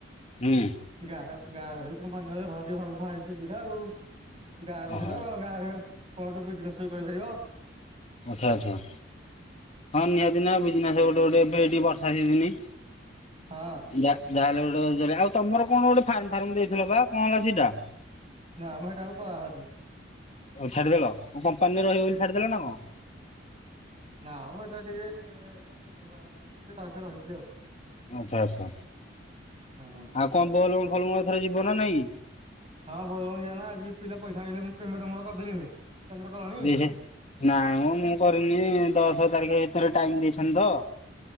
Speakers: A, on the left; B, on the right.
A: ହୁଁ
B: ଗାଁ ର ଗାଁ ରହିକି କମ୍ପାନୀରେ ରହିବ ଭାରି ଭଲ ଭାରି ସୁବିଧା ଆଉ ଗାଁ ରହିଲ
A: ହଉ
B: ଗାଁରେ କଣ ଗୋଟେ ବିଯିନେସ ବି କରିପାରିବ।
A: ଆଚ୍ଛା ଆଚ୍ଛା ହଁ ନିହାତି ନା ବିଜିନେସ ଗୋଟେ ଗୋଟେ ଏବେ ହେଇଟି ବର୍ଷା ସିଜିନି।
B: ହଁ।
A: ଯା ଯାହାହେଲେ ଗୋଟେ ଆଉ ତମର କଣ ଗୋଟେ ଫାର୍ମ ଫାର୍ମ ଦେଇଥିଲ ବା କଣ ସେଇଟା?
B: ନା ମ ହେଟା କରା ହୋଉନି।
A: ଉଁ ଛାଡ଼ିଦେଲ କଣ କମ୍ପାନୀରେ ରହିବ ବୋଲି ଛାଡ଼ିଦେଲ ନା କଣ?
B: ନା ମ ହେଟା ଟିକେ ହେଟା ଆଉ ମୁଣ୍ଡ ଖେଳା ହୋଉନି <inaudible> ସେରା ସେ ରହିଛି ଆଉ।
A: ଆଚ୍ଛା ଆଚ୍ଛା
B: ହଁ
A: ଆଉ କଣ ବୋଲ ବମ ଫୋଲ ବମ ଏଥର ଯିବ ନା ନାଇଁ?
B: ହଁ ବୋଲ ବମ ଯିବା ନା ଆଜି ପିଲା ପଇସା ଆଇଁଲେ ମୁଁ ପେମେଣ୍ଟ ମୋର କରିଦେଲିଣି। ତମର କଲଣି?
A: <unintelligible> ନାଇଁ ମ ମୁଁ କରିନି ଦଶ ତାରିଖ ଭିତରେ ଟାଇମ ଦେଇଛନ୍ତି ତ।